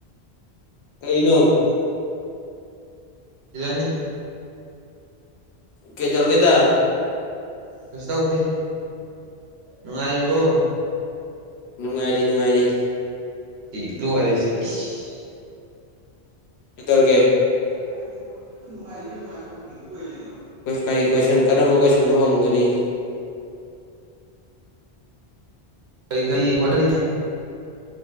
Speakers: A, on the left; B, on the right.
A: ꯀꯩꯅꯣ
B: ꯌꯅꯤ
A: ꯀꯩꯗꯧꯔꯒꯦꯗ
B: ꯀꯩꯁꯨ ꯇꯧꯗꯦ ꯅꯨꯡꯉꯥꯏꯔꯤꯕꯣ
A: ꯅꯨꯡꯉꯥꯏꯔꯤ ꯅꯨꯡꯉꯥꯏꯔꯤ
B: <unintelligible> <unintelligible> ꯏꯁ
A: ꯀꯩꯇꯧꯔꯒꯦ
B: ꯅꯨꯡꯉꯥꯏꯔꯤꯕ꯭ꯔ ꯅꯨꯡꯉꯥꯏꯔꯤꯕ꯭ꯔ ꯍꯪꯪꯉꯤꯕꯗꯨꯕꯨ ꯀꯩꯒꯤꯅꯣ
A: ꯀꯔꯤ ꯀꯣꯏꯁꯟ ꯀꯔꯝꯕ ꯀꯣꯏꯁꯟꯕꯨ ꯍꯣꯡꯒꯅꯤ
B: ꯀꯩ ꯀꯩ ꯍꯣꯠꯅꯔꯤꯒꯦ